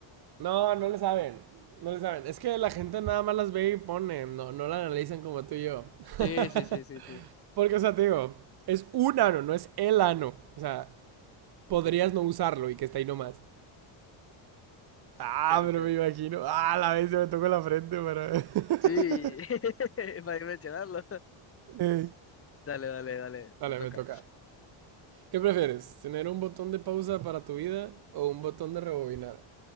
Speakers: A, on the right; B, on the left.
A: No, no le saben. No le saben. Es que la gente nada más las ve y pone. No, no la analizan como tú y yo. <laughs>
B: Sí, sí, sí, sí, sí.
A: Porque, o sea, te digo, es un ano, no es el ano. O sea, podrías no usarlo y que está ahí nomás. Ah,
B: Creo
A: pero
B: que.
A: me imagino. Ah, la vez se me tocó la frente, pero.
B: Sí, <laughs> para mencionarlo.
A: <laughs>
B: Dale, dale, dale,
A: Vale,
B: te toca.
A: me toca. ¿Qué prefieres? ¿Tener un botón de pausa para tu vida o un botón de rebobinar?